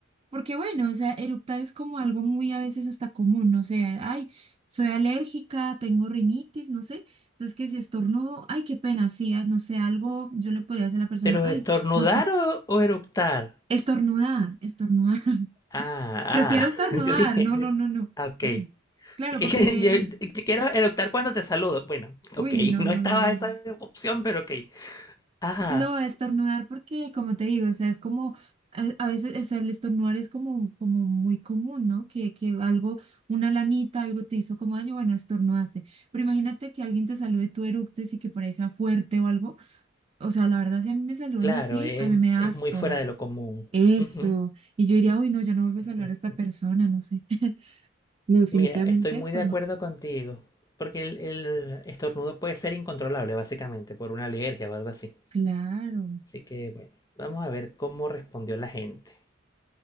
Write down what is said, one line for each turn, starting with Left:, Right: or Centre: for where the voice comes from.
Right: Porque bueno, o sea, eructar es como algo muy a veces hasta común, no sé, ay, soy alérgica, tengo rinitis, no sé. Entonces que si estornudo, ay, qué pena, sí, ah, no sé, algo yo le podría decir a la persona,
Left: ¿Pero
Right: ay,
Left: estornudar
Right: no sé,
Left: o, o eructar?
Right: estornudar, estornudar. <laughs>
Left: Ah, ah,
Right: Prefiero estornudar,
Left: <laughs> yo dije,
Right: no, no, no, no.
Left: ah, ok.
Right: Uy,
Left: <laughs>
Right: claro,
Left: Que-
Right: porque,
Left: que Yo, yo quiero eructar cuando te saludo. Bueno,
Right: uy,
Left: ok, <laughs>
Right: no,
Left: no
Right: no,
Left: estaba
Right: no. no.
Left: esa opción, pero ok. Ah,
Right: No, estornudar porque, como te digo, o sea, es como, a, a veces, o sea, el estornudar es como, como muy común, ¿no? Que, que algo, una lanita, algo te hizo como daño, bueno, estornudaste. Pero imagínate que alguien te salude, tú eructes y que por ahí sea fuerte o algo. O sea, la verdad, si a mí me saludan
Left: claro,
Right: así,
Left: es,
Right: a mí me da
Left: es
Right: asco.
Left: muy fuera de lo común.
Right: Eso.
Left: Ujú,
Right: Y yo diría, uy, no, ya no vuelvo
Left: exacto.
Right: a saludar a esta persona, no sé. <laughs> No, definitivamente
Left: Mira, estoy muy
Right: estornudar.
Left: de acuerdo contigo, porque el, el estornudo puede ser incontrolable, básicamente, por una alergia o algo así.
Right: Claro,
Left: Así que, bueno, vamos a ver cómo respondió la gente.